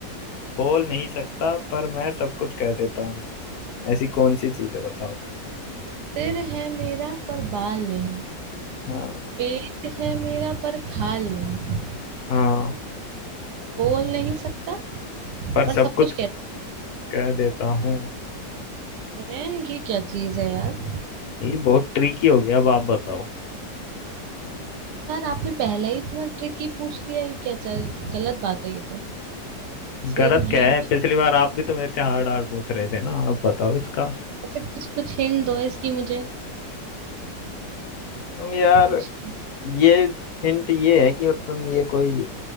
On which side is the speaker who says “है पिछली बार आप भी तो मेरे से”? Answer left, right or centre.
Left